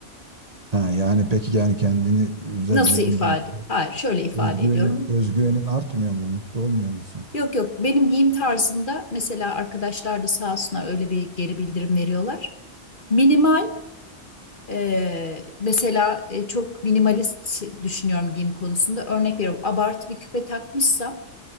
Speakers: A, on the right; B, on the left.
A: Ha, yani peki yani kendini güzel
B: Nasıl
A: görünce
B: ifade?
A: mutlu-
B: Hayır, şöyle ifade
A: özgüvenin
B: ediyorum.
A: özgüvenin artmıyor mu? Mutlu olmuyor musun?
B: Yok yok benim giyim tarzımda mesela arkadaşlar da sağ olsunlar öyle bir geri bildirim veriyorlar. Minimal e, mesela e, çok minimalist düşünüyorum giyim konusunda örnek veriyorum abartı bir küpe takmışsam